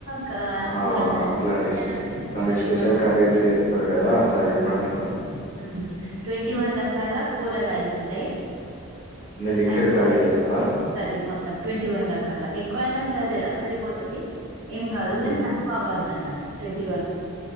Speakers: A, on the right; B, on the left.
A: క
B: ఆ!
A: కూరగాయలు
B: అట్లాంటి
A: <unintelligible>
B: స్ అట్లాంటి
A: ట్వంటీ
B: స్పెషల్
A: వన్
B: కర్రీస్ జేస్తారు గదా! అట్లా చెప్పండి అంటున్న
A: ఉహు ట్వంటీ వన్ రకాల కూరగాయలు ఉంటాయి.
B: అన్ని మిక్స్‌డ్
A: అ కూరగాయలు
B: కర్రీ జేస్తారా?
A: సరి మొత్తం ట్వంటీ వన్ రకాల ఎక్కువైనా సరే సరిపోతది. ఏం కాదు
B: హ్మ్.
A: గానీ తక్కువ అవ్వద్దు. అన్నట్టు టు ట్వంటీ వన్